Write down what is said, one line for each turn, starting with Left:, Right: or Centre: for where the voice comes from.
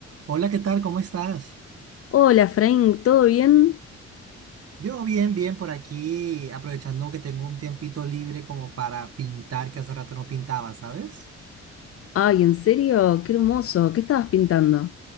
Right: Hola, ¿qué tal? ¿Cómo estás?
Left: Hola, Frank, ¿todo bien?
Right: Yo bien, bien por aquí, aprovechando que tengo un tiempito libre como para pintar, que hace rato no pintaba, ¿sabes?
Left: Ay, ¿en serio? Qué hermoso. ¿Qué estabas pintando?